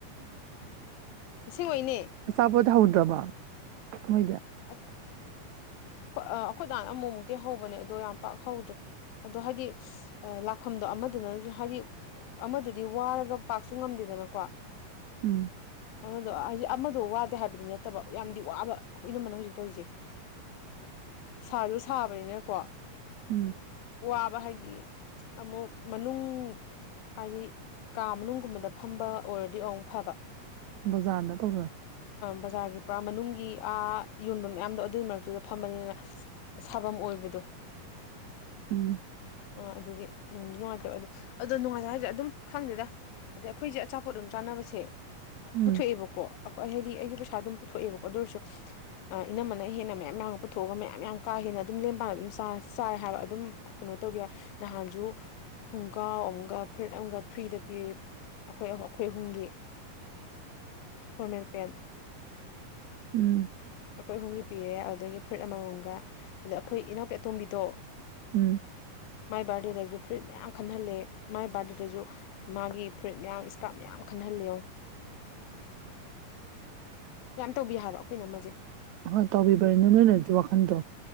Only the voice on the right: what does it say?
ꯆꯕ ꯊ ꯍꯨꯗ꯭ꯔꯕ ꯍꯣꯏꯗ
ꯎꯝ
ꯎꯝ
ꯕꯖꯥꯔꯅ ꯇꯧꯖꯦ
ꯎꯝ
ꯎꯝ
ꯎꯝ
ꯎꯝ
ꯍꯣꯏ ꯇꯧꯕꯤꯕꯔꯦ ꯅꯪ ꯅꯣꯏ ꯂꯩꯔꯁꯨ ꯋꯥꯈꯟꯗꯣ